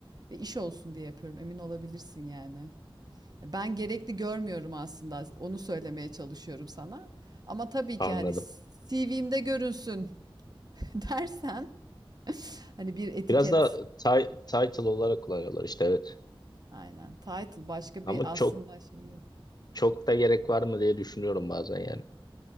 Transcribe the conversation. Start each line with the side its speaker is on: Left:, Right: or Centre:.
Right: ve iş olsun diye yapıyorum emin olabilirsin yani. Ben gerekli görmüyorum aslında onu söylemeye çalışıyorum sana. Ama tabii
Left: Anladım.
Right: ki hani CV'mde görünsün <laughs> dersen <laughs> hani bir etiket
Left: Biraz da ti- title olarak kullanıyorlar işte evet.
Right: Aynen. Title başka
Left: Ama
Right: bir
Left: çok
Right: aslında şey yok.
Left: çok da gerek var mı diye düşünüyorum bazen yani.